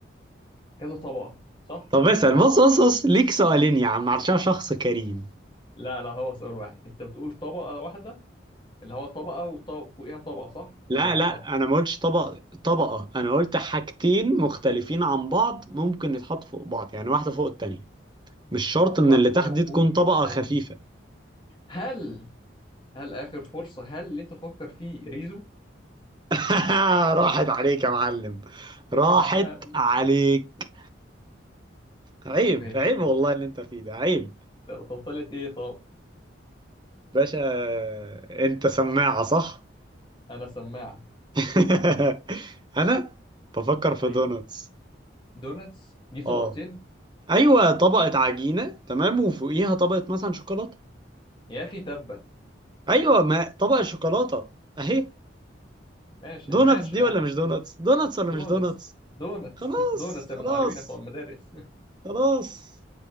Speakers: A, on the left (about 25°); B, on the right (about 25°).
A: كذا طبقة صح؟
B: طب اسأل
A: اللي هو
B: بص بص بص ليك سؤالين يا عم علشان شخص كريم
A: لا لا هو سؤال واحد انت بتقول طبقة واحدة اللي هو طبقة وفوقيها طبقة صح ولا
B: لا
A: بتبقى
B: لا انا ما قلتش طبق طبقه انا قلت حاجتين مختلفين عن بعض ممكن يتحطوا فوق بعض يعني واحده فوق التانية مش شرط ان
A: واحدة
B: اللي تحت دي تكون
A: فوق
B: طبقه
A: التانية
B: خفيفه
A: هل هل آخر فرصة هل اللي انت تفكر فيه ريزو
B: <laughs> راحت عليك يا معلم راحت
A: اها
B: عليك عيب
A: ماشي
B: عيب والله اللي انت فيه ده عيب
A: طب طب طلعت ايه طب
B: باشا انت سماعه صح
A: انا سماعة
B: <laughs> انا بفكر في
A: ايوه
B: دوناتس
A: دوناتس دي
B: اه
A: طبقتين
B: ايوه طبقه عجينه تمام وفوقيها طبقه مثلا شوكولاته
A: يا اخي تبا
B: ايوه ما طبقه شوكولاته اهي
A: ماشي
B: دوناتس
A: ماشي
B: دي
A: يا عم
B: ولا مش دوناتس دوناتس ولا
A: دوناتس
B: مش دوناتس
A: دوناتس
B: خلاص
A: <laughs> دوناتس
B: خلاص
A: يا متعلمين بتوع المدارس
B: خلاص